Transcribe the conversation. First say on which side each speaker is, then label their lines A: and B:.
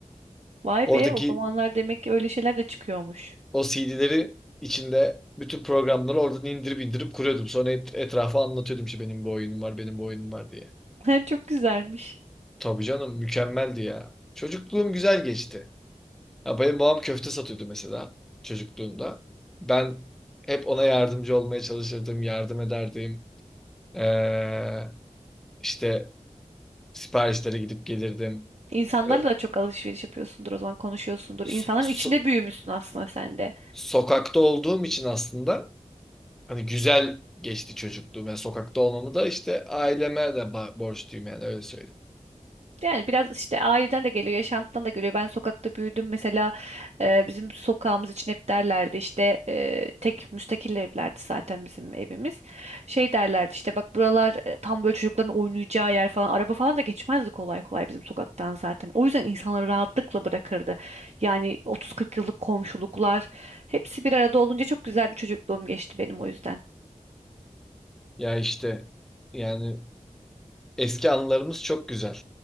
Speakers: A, on the right; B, in the centre.
A: Vay
B: Oradaki
A: be o zamanlar demek ki öyle şeyler de çıkıyormuş.
B: O CD'leri içinde bütün programları oradan indirip indirip kuruyordum. Sonra et, etrafa anlatıyordum işte benim bu oyunum var, benim bu oyunum var diye.
A: <laughs> Çok güzelmiş.
B: Tabii canım mükemmeldi ya. Çocukluğum güzel geçti. Ya benim babam köfte satıyordu mesela çocukluğumda. Ben hep ona yardımcı olmaya çalışırdım, yardım ederdim. Ee, işte siparişlere gidip gelirdim.
A: İnsanlarla
B: Ee,
A: da çok alışveriş yapıyorsundur o zaman konuşuyorsundur.
B: so-
A: İnsanların
B: so-
A: içinde büyümüşsün aslında sen de.
B: sokakta olduğum için aslında Hani güzel geçti çocukluğum. Yani sokakta olmamı da işte aileme de ba- borçluyum yani öyle söyleyeyim.
A: Yani biraz işte aileden de geliyor, yaşantıdan da geliyor. Ben sokakta büyüdüm. Mesela e, bizim sokağımız için hep derlerdi işte e, tek müstakil evlerdi zaten bizim evimiz. Şey derlerdi işte bak buralar e, tam böyle çocukların oynayacağı yer falan. Araba falan da geçmezdi kolay kolay bizim sokaktan zaten. O yüzden insanları rahatlıkla bırakırdı. Yani 30-40 yıllık komşuluklar hepsi bir arada olunca çok güzel bir çocukluğum geçti benim o yüzden.
B: Ya işte yani eski anılarımız çok güzel.